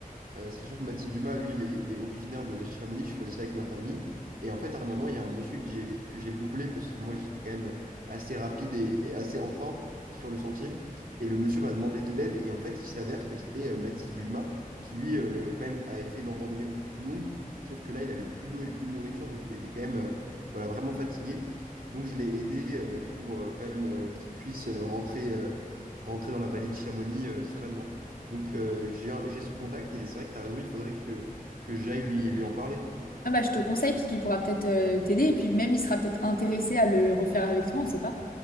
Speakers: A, on the right; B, on the left.
A: Euh, sachant que Mathis Dumas, lui, il est, il est originaire de, de Chamonix, je faisais ça avec ma famille. Et en fait, à un moment, il y a un monsieur que j'ai que j'ai doublé parce que moi, j'étais quand même assez rapide et, et assez en forme sur le sentier. Et le monsieur m'a demandé de l'aide. Et en fait, il s'avère que c'était euh, Mathis Dumas qui, lui, euh, quand même, avait fait une randonnée beaucoup plus longue. Sauf que là, il avait plus d'eau et plus de nourriture. Donc, il était quand même euh, voilà, vraiment fatigué. Donc, je l'ai aidé euh, pour euh, quand même euh, qu'il puisse euh, rentrer, euh, rentrer dans la vallée de Chamonix euh, sereinement. Donc, euh, j'ai j'ai son contact et c'est vrai que tu as raison, il faudrait que, que j'aille lui, lui en parler.
B: Ah bah je te conseille parce qu'il pourra peut-être euh, t'aider et puis même il sera peut-être intéressé à le refaire avec toi, on sait pas.